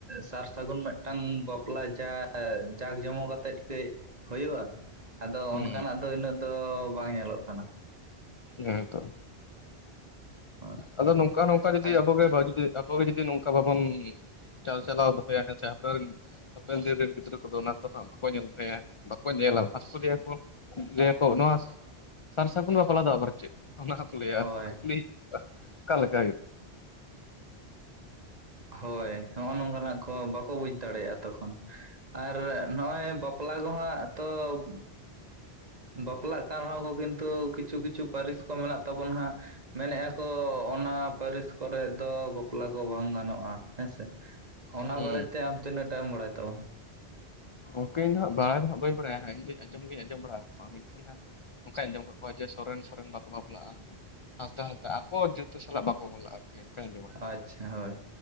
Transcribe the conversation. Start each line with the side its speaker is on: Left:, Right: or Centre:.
Right: ᱥᱟᱨ ᱥᱟᱹᱜᱩᱱ ᱢᱤᱫᱴᱟᱝ ᱵᱟᱯᱞᱟ ᱡᱟᱠ ᱡᱚᱢᱚᱠ ᱠᱟᱛᱮᱜ ᱠᱟᱹᱡ ᱦᱩᱭᱩᱜᱼᱟ ᱟᱫᱚ
Left: ᱦᱩᱸ
Right: ᱚᱱᱠᱟᱱᱟᱜ ᱫᱚ ᱩᱱᱟᱹᱜ ᱫᱚ ᱵᱟᱝ ᱧᱮᱞᱚᱜ ᱠᱟᱱᱟ
Left: ᱦᱮᱸ ᱛᱚ
Right: <inaudible>
Left: ᱟᱫᱚ ᱱᱚᱝᱠᱟ ᱱᱚᱝᱠᱟ ᱡᱩᱫᱤ
Right: ᱟᱨ
Left: ᱟᱵᱚᱜᱮ ᱵᱷᱟᱜᱮ ᱛᱮ ᱟᱵᱚᱜᱮ ᱡᱩᱚᱫᱤ ᱱᱚᱝᱠᱟ ᱵᱟᱵᱚᱱ ᱪᱟᱞ ᱪᱟᱞᱟᱶ ᱫᱚᱯᱮᱭᱟ ᱦᱮ ᱥᱮ ᱟᱯᱱᱟᱨ ᱦᱟᱯᱮᱱ ᱫᱤᱱ ᱨᱮᱱ ᱜᱤᱫᱽᱨᱟᱹ ᱠᱚᱫᱚ ᱚᱱᱟ ᱠᱚᱫᱚ ᱦᱟᱸᱜ ᱵᱟᱠᱚ ᱧᱮᱞ ᱞᱟᱦᱟᱭᱟ ᱵᱟᱠᱚ ᱧᱮᱞᱟ ᱵᱟᱥᱠᱚ ᱞᱮᱭᱟᱠᱚ ᱞᱟᱹᱭᱟ ᱠᱚ ᱱᱚᱣᱟ ᱥᱟᱨ-ᱥᱟᱹᱜᱩᱱ ᱵᱟᱯ ᱵᱟᱯᱞᱟ ᱫᱚ ᱟᱵᱟᱨ ᱪᱮᱫ ᱚᱱᱟ ᱦᱚᱸᱠᱚ ᱞᱟᱹᱭᱟ
Right: ᱦᱳᱭ
Left: ᱠᱩᱠᱟᱞᱤ <inaudible> ᱚᱠᱟ ᱞᱮᱠᱟ ᱦᱩᱭᱩᱜ-ᱟ?
Right: ᱦᱚᱭ ᱦᱚᱜ-ᱚ ᱱᱚᱝᱠᱟᱱᱟᱜ ᱠᱚ ᱵᱟᱠᱚ ᱵᱩᱡᱽ ᱫᱟᱲᱮᱭᱟᱜ-ᱟ ᱛᱚᱠᱷᱚᱱ ᱟᱨ ᱱᱚᱜ-ᱚᱭ ᱵᱟᱯᱞᱟ ᱠᱚᱦᱟᱸᱜ ᱛᱚᱵ ᱵᱟᱯᱞᱟᱜ ᱠᱟᱱ ᱨᱮᱦᱚᱸ ᱠᱚ ᱠᱤᱱᱛᱩ ᱠᱤᱪᱷᱩ ᱠᱤᱪᱷᱩ ᱯᱟᱹᱨᱤᱥ ᱠᱚ ᱢᱮᱱᱟᱜ ᱛᱟᱵᱚᱱᱟ ᱦᱟᱸᱜ ᱢᱮᱱᱮᱜ-ᱟ ᱠᱚ ᱚᱱᱟ ᱯᱟᱹᱨᱤᱥ ᱠᱚᱨᱮᱜ ᱫᱚ ᱵᱟᱯᱞᱟ ᱠᱚ ᱵᱟᱝ ᱜᱟᱱᱚᱜ-ᱟ ᱦᱮᱸ ᱥᱮ᱾ ᱚᱱᱟ
Left: ᱦᱩᱸ
Right: ᱵᱟᱨᱮ ᱛᱮ ᱟᱢ ᱛᱤᱱᱟᱹᱜ ᱴᱟᱜ ᱮᱢ ᱵᱟᱲᱟᱭ ᱛᱟᱵᱚᱱᱟ
Left: ᱚᱝᱠᱮᱧ ᱤᱧ ᱫᱚ ᱦᱟᱸᱜ ᱵᱟᱲᱟᱭ ᱫᱚ ᱦᱟᱸᱜ ᱵᱟᱹᱧ ᱵᱟᱲᱟᱭᱟ ᱦᱟᱸᱜ ᱤᱧ ᱫᱚᱧ ᱟᱸᱡᱚᱢ ᱜᱮᱧ ᱟᱡᱚᱢ ᱵᱟᱲᱟᱣ ᱠᱟᱜ ᱠᱚᱣᱟ ᱢᱮᱱᱠᱷᱟᱱ ᱦᱟᱸᱜ ᱚᱝᱠᱟᱧ ᱟᱸᱡᱚᱢ ᱠᱟᱜ ᱠᱚᱣᱟ ᱡᱮ ᱥᱚᱨᱮᱱ ᱥᱚᱨᱮᱱ ᱵᱟᱠᱚ ᱵᱟᱯᱞᱟᱜ-ᱟ ᱦᱟᱸᱥᱫᱟ ᱦᱟᱸᱥᱫᱟ ᱟᱠᱚ ᱡᱟᱹᱛᱟᱹ ᱥᱟᱞᱟᱜ ᱵᱟᱠᱚ ᱵᱟᱯᱞᱟᱜ-ᱟ ᱟᱨᱠᱤ ᱚᱝᱠᱟᱧ ᱟᱡᱚᱢ ᱠᱟᱜ ᱠᱚᱣᱟ᱾
Right: ᱟᱪᱪᱷᱟ ᱦᱳᱭ